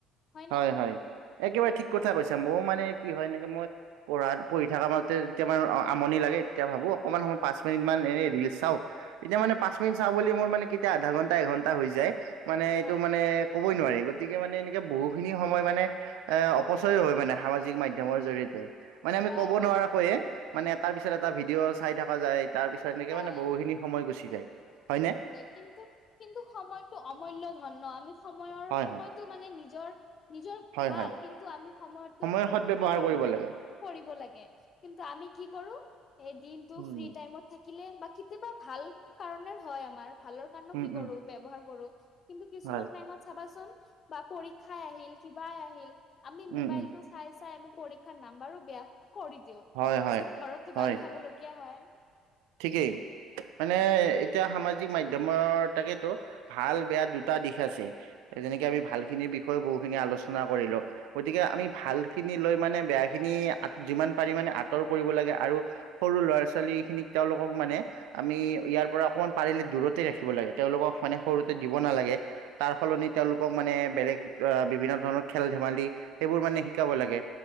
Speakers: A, on the left; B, on the right.
A: হয়নে
B: হয় হয় একেবাৰে ঠিক কথা
A: অ
B: কৈছা মই মানে কি হয় এনেকে মই পঢ়াত পঢ়ি থকা মাজতে যেতিয়া মান আমনি লাগে তেতিয়া ভাবো অকমান সময় পাঁচ মিনিট মান এনেই ৰিলচ চাওঁ। এতিয়া
A: হয়
B: মানে পাঁচ মিনিট চাওঁ বুলি মোৰ মানে কেতিয়া আধা ঘন্টা এঘন্টা হৈ যায় মানে এইটো
A: হয়
B: মানে ক'বই নোৱাৰি গতিকে মানে এনেকে বহুত বহুখিনি সময় মানে এ অপচয়ো হয় মানে সামাজিক মাধ্যমৰ জৰিয়তে। মানে আমি
A: হয়
B: ক'ব
A: হয়
B: নোৱাৰাকৈয়ে মানে এ তাৰ পিছত এটা ভিডিঅ' চাই থকা যায় তাৰ পিছত তেনেকে
A: হয়
B: মানে বহুখিনি সময় গুচি যায়। হয় নে?
A: কিন্তু কিন্তু সময়টো অমূল্য ধন ন আমি সময়ৰ
B: হয়
A: সময়তটো
B: হয়
A: মানে নিজৰ নিজৰ
B: হয়
A: ভাল
B: হয়
A: কিন্তু আমি সময়তো
B: সময়ৰ
A: এইটো
B: সদ
A: কি
B: ব্যৱহাৰ
A: কৰিলো।
B: কৰিব লাগে
A: কৰিব লাগে কিন্তু আমি কি কৰো এই দিনটো
B: উম
A: ফ্ৰী টাইমত থাকিলে বা কেতিয়াবা ভাল কাৰণে হয় আমাৰ ভালৰ কাৰণেও
B: উম
A: কি কৰো
B: উম
A: ব্যৱহাৰ কৰো। কিন্তু কিছুমান
B: হয়
A: টাইমত চাবাচোন বা পৰীক্ষাই আহিল কিবাই আহিল আমি
B: উম
A: মোবাইলটো
B: উম
A: চাই চাই আমি পৰীক্ষাত নাম্বাৰো বেয়া কৰি দিওঁ
B: হয়, হয়,
A: পাছত ঘৰতটো
B: হয়,
A: গালি খাবলগীয়া হয়।
B: ঠিকেই, মানেএ
A: হয়
B: এতিয়া সামাজিক মাধ্যমৰ তাকেতো ভাল বেয়া দুটা দিশ আছে, যেনেকে
A: হয়
B: আমি ভাল খিনি বিষয়ে বহু খিনি আলোচনা কৰিলো, গতিকে আমি
A: হয়
B: ভাল খিনি লৈ মানে বেয়া খিনি যিমান পাৰি মানে আঁতৰ কৰিব লাগে, আৰু সৰু ল'ৰা ছোৱালী খিনিক তেওঁলোকক মানে আমি ইয়াৰ পৰা অকমান পাৰিলে দূৰতে ৰাখিব লাগে তেওঁলোকক মানে সৰুতে
A: হয়
B: দিব নালাগে তাৰ সলনি তেওঁলোকক
A: হয়
B: মানে বেলেগ অ বিভিন্ন ধৰণৰ খেল ধেমালি সেইবোৰ মানে শিকাব লাগে।